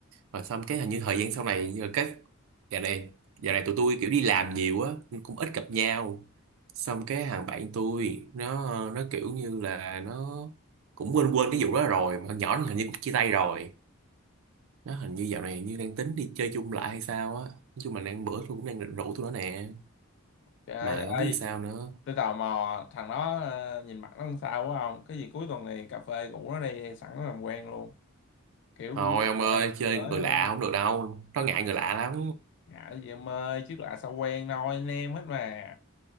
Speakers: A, on the right; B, on the left.
A: rồi xong cái hình như thời gian sau này nhờ cái dạo này dạo này tụi tôi kiểu đi làm nhiều á nên cũng ít gặp nhau xong cái thằng bạn tôi nó nó kiểu như là nó cũng quên quên cái vụ đó rồi mà con nhỏ nó hình như cũng chia tay rồi nó hình như dạo này như đang tính đi chơi chung lại hay sao á nói chung là đang bữa tôi cũng đang định rủ tụi nó nè
B: Trời
A: mà
B: ơi,
A: không biết vì sao nữa
B: tôi tò mò thằng đó ờ, nhìn mặt nó làm sao quá không? Cái gì cuối tuần này cà phê rủ nó đi sẵn nó làm quen luôn. Kiểu
A: thôi
B: cũng
A: ông
B: cà
A: ơi
B: phê
A: chơi
B: mới
A: người
B: luôn.
A: lạ không được đâu nó ngại người lạ lắm
B: Dạ gì em ơi, trước lạ sao quen thôi anh em hết mà.